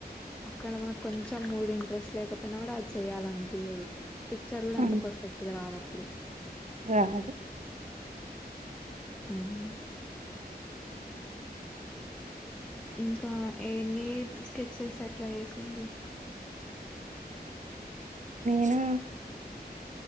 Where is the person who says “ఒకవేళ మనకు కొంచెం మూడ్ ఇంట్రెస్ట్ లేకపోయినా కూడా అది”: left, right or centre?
Centre